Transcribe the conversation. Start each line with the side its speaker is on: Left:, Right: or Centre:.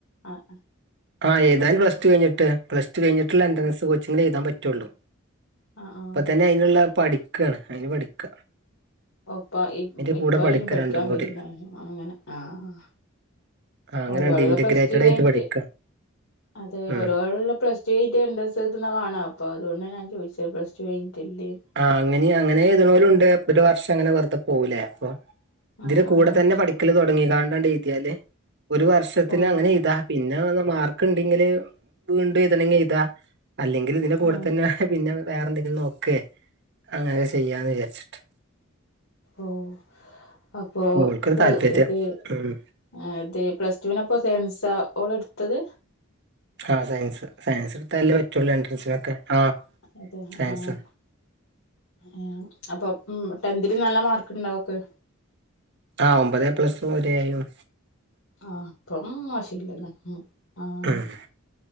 Left: ആഹ്
Right: ആഹ് എഴുതാൻ പ്ലസ്ടു കയിഞ്ഞിട്ട് പ്ലസ്ടു കഴിഞ്ഞിട്ടുള്ള എൻട്രൻസ്
Left: ആ
Right: കോച്ചിങ്നെ എഴുതാൻ പറ്റുള്ളൂ
Left: ആ ആ
Right: ഇപ്പ തന്നെ അയിന്ള്ള പഠിക്കാണ് അയിന് പഠിക്ക
Left: ഓപ്പ ഇ
Right: അതിന്റെ കൂടെ
Left: ഇപ്പ
Right: പഠിക്ക
Left: അയിന് പഠിക്കാൻ
Right: രണ്ടും കൂടി
Left: കയ്യ്നെ അങ്ങനെ ആഹ്
Right: ആ അങ്ങനെണ്ട്
Left: ഓരോടുള്ള
Right: ഇന്റഗ്രേറ്റഡ്
Left: പ്ലസ്ടു കഴിഞ്ഞിട്ട്
Right: ആയിട്ട് പഠിക്ക
Left: അതെ
Right: ഉം
Left: ഓരോടുള്ള പ്ലസ് റ്റെയ്ഞ്ഞിട്ടാ <unintelligible> അതോണ്ട ഞാൻ ചോയിച്ചത് പ്ലസ്ടു കഴിഞ്ഞട്ടില്ലേ
Right: ആഹ് അങ്ങനിം അങ്ങനെ എയുത്ണോലും ഇണ്ട് അപ്പ ഒരു വർഷം അങ്ങനെ വെറുതെ പോവൂലേ അപ്പം ഇതില്
Left: ആഹ്
Right: കൂടെ
Left: ആഹ്
Right: തന്നെ പഠിക്കല് തൊടങ്ങിക്കാണ്ടണ്ട് എയ്തിയാല് ഒരു വർഷത്തിലങ്ങനെ
Left: ഓ
Right: എയ്താ പി ന്നെ പർഞ്ഞാ മാർക്ക്ണ്ടെങ്കില് വീണ്ടും എയ്തേണെങ്കി എയ്താ അല്ലെങ്കിൽ ഇതിന്റെ കൂടെ
Left: ആഹ്
Right: തന്നെ പിന്നെ വേറെന്തെങ്കിലും നോക്കേ അങ്ങനെക്കെ ചെയ്യാന്ന് വിചാരിച്ചിട്ട്
Left: ഓഹ് അപ്പൊ
Right: ഓൾക്കൊരു
Left: <unintelligible>
Right: താല്പര്യം ഉം
Left: ആഹ് അതെ പ്ലസ്ടുന്പ്പോ സെയൻസാ ഓളെടുത്തത്
Right: ആഹ് സയൻസ് സയൻസ് ഇട്താലല്ലേ പറ്റുള്ളൂ എൻട്രൻസിനൊക്കെ ആഹ്
Left: അതെ
Right: സയൻസ്
Left: ആഹ് ആഹ് അപ്പം ഉം ടെൻതില് നല്ല മാർക്ക് ഇണ്ടാവോക്ക്
Right: ആഹ് ഒമ്പത് എപ്ലസ്സും ഒരെയും
Left: ആഹ് അപ്പം മോശല്ല്യന്ന് ആഹ്
Right: ഉം